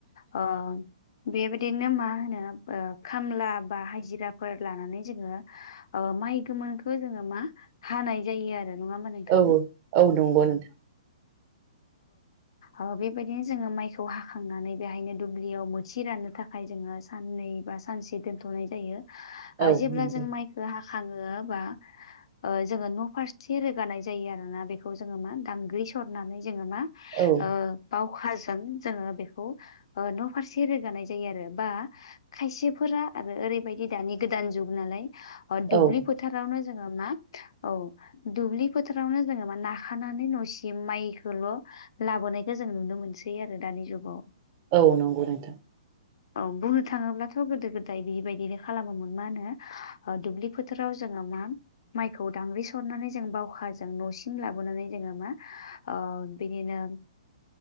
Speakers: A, on the left; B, on the right.
A: ओ बेबा बिदिनो मा होनो ओ खामला बा हाजिराफोर लानानै जोङो ओ माइ गोमोनखौ जोङो मा हानाय जायो आरो। नङा होमबा नोंथां
B: औ औ नंगौ नोंथां।
A: औ बेबायदिनो जोङो माइखौ हाखांनानै बेहायनो दुब्लियाव मोथि राननो थाखाय जोङो साननै बा सानसे दोनथ'नाय जायो। ओ
B: औ
A: जेब्ला
B: नंगौ
A: जों माइ खो हाखाङो बा ओ जोङो न'फारसे रोगानाय जायो आरोना बेखौ जोङो मा दांग्रि सरनानै जोङो मा
B: औ
A: ओ बावखाजों जोङो बेखौ ओ न'फारसे रोगानाय जायो आरो। बा खायसेफोरा आरो ओरैबायदि दानि गोदान जुग नालाय ओ दुब्लिफो
B: औ
A: फोथारावनो जोङो मा औ दुब्लि फोथारावनो जोङो मा नाखानानै न'सिम बिदि माइखौल' लाबोनायखौ जों नुनो मोनसै आरो दानि जुगाव।
B: औ नंगौ नोंथां।
A: <inaudible> औ बुंनो थाङोब्लाथ' गोदो गोदाय बिबायदिनो खालामोमोन मा होनो ओ दुब्लि फो थाराव जोङो मा माइखौ दांग्रि सरनानै जोङो बावखाजों न'सिम लाबोनानै जोङो मा ओ बिनिनो